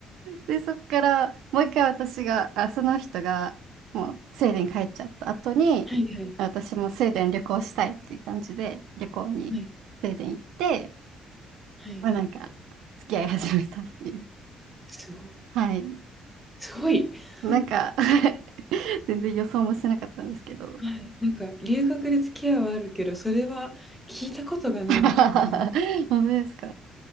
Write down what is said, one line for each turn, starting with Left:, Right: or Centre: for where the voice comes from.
Right: で、そっから、もう一回私が、あ、その人が、もう、スウェーデン帰っちゃった後に、
Centre: はいはい。
Right: 私もスウェーデン旅行したいっていう感じで、旅行にスウェーデン行って、
Centre: はい、はい。
Right: まあなんか、付き合い始めたっていう。
Centre: すご
Right: はい。
Centre: すごい。
Right: なんか
Centre: <laughs>
Right: <laughs> 全然予想もしてなかったんですけど。
Centre: はい、なんか留学で付き合いはあるけど、それは聞いたことがないですね。
Right: <laughs> 本当ですか